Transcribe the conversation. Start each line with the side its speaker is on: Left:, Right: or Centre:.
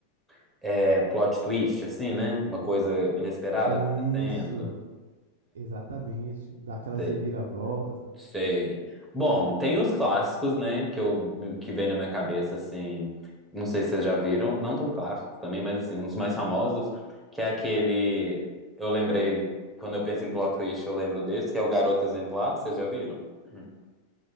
Centre: <clears throat> é, plot twist, assim, né? Uma coisa inesperada
Right: Isso,
Centre: acontecendo.
Right: exatamente. Dá aquelas
Centre: Sei,
Right: reviravoltas também.
Centre: sei. Bom, tem os clássicos, né? Que, eu, que vem na minha cabeça, assim. Não sei se vocês já viram, não tão clássicos também, mas assim, uns mais famosos, que é aquele. Eu lembrei, quando eu penso em plot twist, eu lembro desse, que é o Garota Exemplar, vocês já viram? Hum.